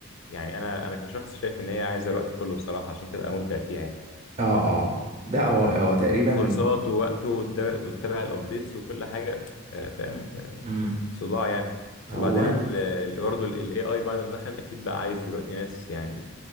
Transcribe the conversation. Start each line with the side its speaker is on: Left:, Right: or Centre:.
Left: يعني أنا أنا كشخص شايف إن هي عايزة الوقت كله بصراحة عشان تبقى مبدع فيها يعني
Right: اه اه ده هو هو تقريبا
Left: كورسات ووقت وتدا- وتتابع الابديتس وكل حاجه آه، فاهم آه،
Right: مم.
Left: صداع يعني
Right: هو
Left: وبعدين ال- ال- برضه الاي اي بعد ما دخل اكيد بقى عايز دلوقتي ناس يعني